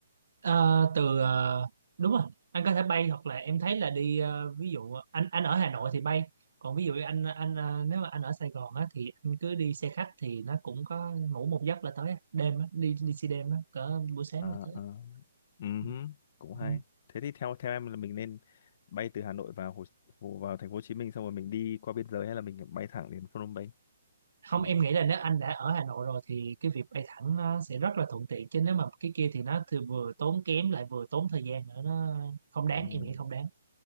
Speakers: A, on the right (about 70°); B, on the left (about 45°).
A: Ờ, từ ờ, đúng rồi anh có thể bay hoặc là em thấy là đi ờ, ví dụ ờ, anh anh ở Hà Nội thì bay còn ví dụ anh anh ờ, nếu mà anh ở Sài Gòn á, thì anh cứ đi xe khách thì nó cũng có ngủ một giấc là tới á. đêm á, đi đi xe đêm á, cỡ buổi sáng
B: ờ
A: là tới
B: ờ Ừm,
A: ừ.
B: cũng hay
A: ừ.
B: thế thì theo theo em là mình nên bay từ Hà Nội vào Hồ, Hồ vào thành phố Hồ Chí Minh xong rồi mình đi qua biên giới hay là mình bay thẳng đến Phnom Penh
A: không
B: thì
A: em nghĩ là nếu anh đã ở Hà Nội rồi thì cái việc bay thẳng nó sẽ rất là thuận tiện chứ nếu mà cái kia thì nó thì vừa tốn kém lại vừa tốn thời gian nữa nó không đáng
B: ừm,
A: em nghĩ không đáng